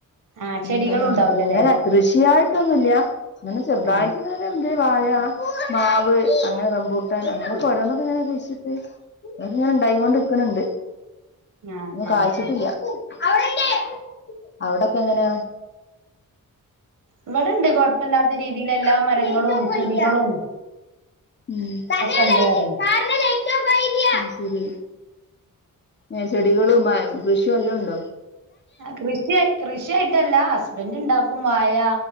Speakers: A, on the right; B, on the left.
A: ആഹ്
B: അങ്ങൻതന്നന്നൂല്യ
A: ചെടികളുണ്ടാവൂലല്ലേ
B: ഇങ്ങനെ കൃഷിയായിട്ടൊന്നുല്ല്യ അങ്ങനെ ചെറ്തായിട്ട്
A: ആഹ്
B: <unintelligible> വാഴ, മാവ് അങ്ങനെ റെമ്പൂട്ടാൻ അങ്ങനൊക്കെ ഒരോന്നൊക്കെങ്ങനെ കുഴിച്ചിട്ട് അതൊക്കെങ്ങനെ ഇണ്ടായി കൊണ്ട് ഇക്കണിണ്ട്
A: ആഹ്
B: ഒന്നും
A: ആഹ്
B: കായിച്ചിട്ടില്ല
A: ആഹ്
B: അവിടെണ്ട് അവടെക്കെ എങ്ങന?
A: ഇവടൊണ്ട് കൊഴപ്പല്ലാത്ത രീതിയിലെല്ലാ
B: എങ്ങനെയാ
A: മരങ്ങളും ചെടികളും
B: ഉം തന്ന
A: ഒക്കെ ഉണ്ട്
B: ലൈറ്റ്
A: പറയും
B: കാറിന്റെ ലൈറ്റോഫായീല അയ് ശെരി ഏഹ് ചെടികളും മ കൃഷിവല്ലൊണ്ടോ?
A: കൃഷിയാ കൃഷിയായിട്ടല്ല ഹസ്ബെന്റ് ഇണ്ടാക്കും വായ